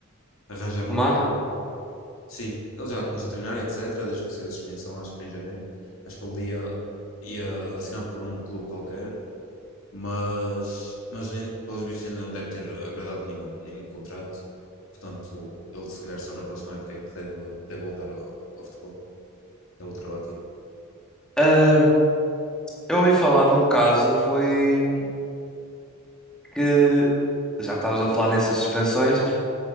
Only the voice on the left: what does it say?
arranjar
um clube. Sim, ele já começou a treinar, e etc. Desde que saiu a suspensão, acho que foi em janeiro. Acho que ele ia, ia assinar por um clube qualquer, mas, mas ainda- pelos bichos ainda não deve ter agradado nenhum, nenhum contrato. Portanto, ele se calhar só na próxima época é que deve, deve voltar ao, ao futebol, deve voltar ao ativo.